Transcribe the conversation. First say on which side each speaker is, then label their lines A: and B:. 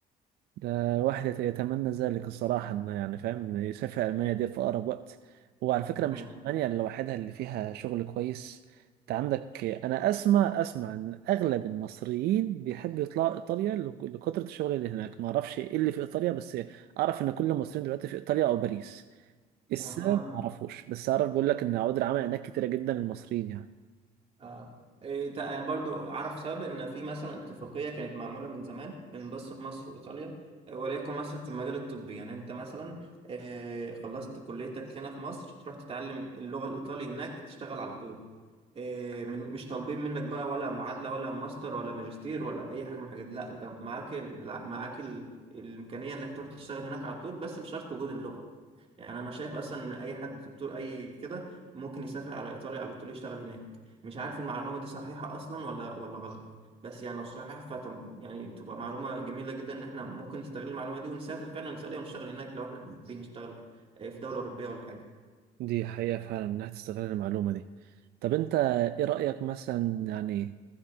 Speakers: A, on the right; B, on the right.
A: ده الواحد يت- يتمنى ذلك الصراحة إنه يعني فاهم إنه يسافر ألمانيا دي في أقرب وقت وعلى فكرة مش
B: أيوة
A: ألمانيا لوحدها اللي فيها شغل كويس أنت عندك أنا أسمع أسمع إن أغلب المصريين بيحبوا يطلعوا إيطاليا لك- لكثرة الشغل اللي هناك ما أعرفش إيه اللي في إيطاليا بس أعرف إن كل المصريين دلوقتي في إيطاليا أو باريس السبب
B: أها
A: ما أعرفوش بس أعرف بيقول لك إن عقود العمل هناك كتيرة جدا للمصريين يعني
B: اه إيه تق- يعني برضو اعرف سبب ان في مثلا اتفاقيه كانت معموله من زمان بين بص- مصر وايطاليا آه، وليكن مثلا في المجال الطبي يعني انت مثلا آه، خلصت كليتك هنا في مصر تروح تتعلم اللغه الايطالي هناك تشتغل على طول آه، من مش طالبين منك بقى ولا معادله ولا ماستر ولا ماجستير ولا اي حاجه من الحاجات دي لا انت معاك ال- معاك ال- الامكانيه انك تروح تشتغل هناك على طول بس بشرط وجود اللغه يعني انا شايف اصلا ان اي حد دكتور اي كده ممكن يسافر على ايطاليا على طول يشتغل هناك مش عارف المعلومة دي صحيحة أصلا ولا ولا غلط بس يعني لو صحيحة فتم يعني تبقى معلومة جميلة جدا إن إحنا ممكن نستغل المعلومة دي ونسافر فعلا نسافر ونشتغل هناك لو إحنا حابين نشتغل آه، في دولة أوروبية ولا حاجة
A: دي حقيقة فعلا إنها تستغل المعلومة دي طب أنت إيه رأيك مثلا يعني